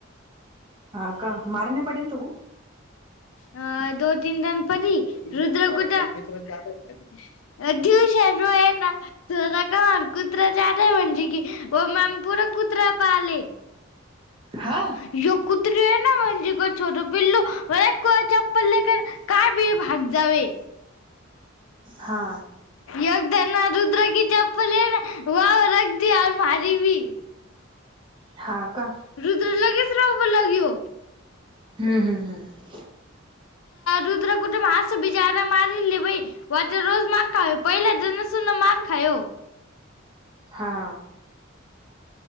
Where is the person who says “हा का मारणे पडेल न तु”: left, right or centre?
Right